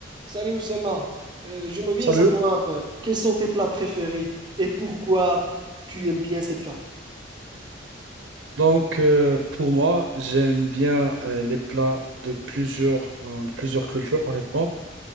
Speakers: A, on the right (about 25°); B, on the right (about 75°).
A: Salut Oussama, Euh, j'aimerais bien
B: Salut.
A: savoir euh, quels sont tes plats préférés et pourquoi tu aimes bien ces plats.
B: Donc, euh, pour moi, j'aime bien euh, les plats de plusieurs, euh, de plusieurs cultures, honnêtement.